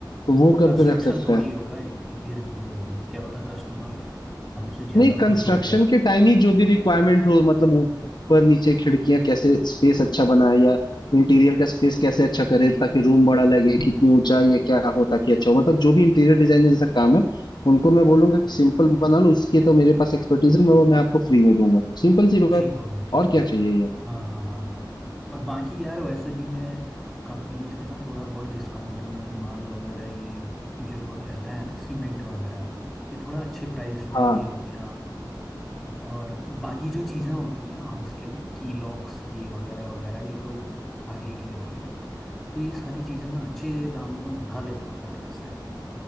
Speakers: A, on the left; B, in the centre.
A: तो वो करके
B: कंस्ट्रक्शन
A: रख सकता
B: थोड़ी
A: है
B: होगा इंटीरियर भी तो होगा क्या पता कस्टमर हमसे ज़्यादा
A: नहीं कंस्ट्रक्शन
B: खुश हो गया
A: के टाइम ही जो भी रिक्वायरमेंट हो मतलब ऊपर नीचे खिड़कियां कैसे स्पेस अच्छा बनाए या इंटीरियर का स्पेस कैसे अच्छा करे ताकि रूम बड़ा लगे कितनी ऊंचाई या क्या हो ताकि अच्छा हो मतलब जो भी इंटीरियर डिजाइनर जैसा काम है उनको मैं बोलूंगा कि सिंपल बना लो उसकी तो मेरे पास एक्सपर्टीज है मैं वो मैं आपको फ्री में दूंगा सिंपल सी बात
B: ठीक हो गया ठीक
A: और
B: हो
A: क्या
B: गया
A: चाहिए यार
B: हाँ हाँ हाँ हाँ और बाकी यार वैसे भी मैं कंपनी से ना थोड़ा बहुत डिस्काउंट में भी माल वगैरह ये जो रहता है ना सीमेंट वगैरह ये थोड़ा अच्छे प्राइस में
A: हाँ
B: ये हो गया और बाकी जो चीज़ें होती हैं हाउस के लिए की लॉक्स ये वगैरह वगैरह ये तो आगे के लिए हो गया तो ये सारी चीज़ें मैं अच्छे दामों में उठा लेता हूँ यार वैसे